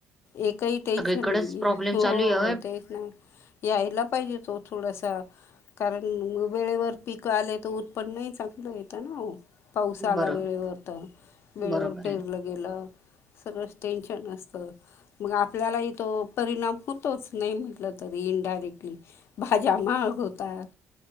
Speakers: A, on the left (about 60°); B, in the centre.
A: एकही टेन्शन
B: सगळीकडेच
A: नाहीे
B: प्रॉब्लेम
A: हॊ हो
B: चालू आहे.
A: तेच नाही यायला पाहिजे तो थोडासा कारण वेळेवर पीक आले तर उत पण नाही चांगलं येतं ना? पाऊस
B: बरं.
A: आला वेळेवर तर
B: बरोबर
A: वेळेवर पेरलं
B: आहे.
A: गेलं सगळ टेन्शन असतं मग आपल्याला इथे तो परिणाम होतोच नाही म्हटलं तर तरी इनडायरेक्टली भाज्या महाग होतात